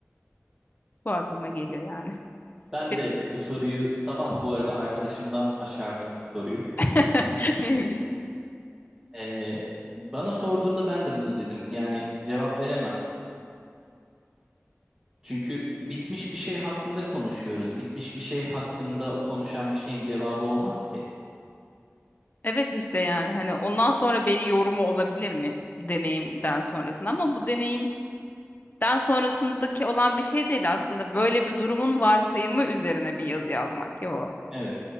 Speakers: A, on the left; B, on the right.
A: Bu aklıma geliyor yani. <laughs>
B: Ben
A: Senin
B: de bu soruyu sabah bu arada arkadaşımdan aşardım bu soruyu.
A: <laughs> neymiş?
B: Ee, bana sorduğunda ben de bunu dedim. Yani cevap veremem. Çünkü bitmiş bir şey hakkında konuşuyoruz. Bitmiş bir şey hakkında konuşan bir şeyin cevabı olmaz ki.
A: Evet işte yani hani ondan sonra belli yorumu olabilir mi deneyimden sonrasında ama bu deneyimden sonrasındaki olan bir şey değil aslında. Böyle bir durumun varsayımı üzerine bir yazı yazmak ya o.
B: Evet,